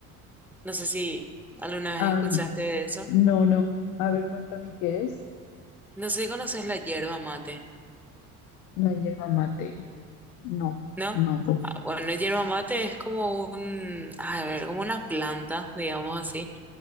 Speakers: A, in the centre; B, on the left.
A: No sé si alguna
B: Ah,
A: vez escuchaste de eso.
B: no, no. A ver, cuéntame qué es.
A: No sé si conoces la yerba mate,
B: La hierba mate. No,
A: ¿no?
B: no.
A: Ah, bueno, la yerba mate es como un, a ver, como una planta, digamos así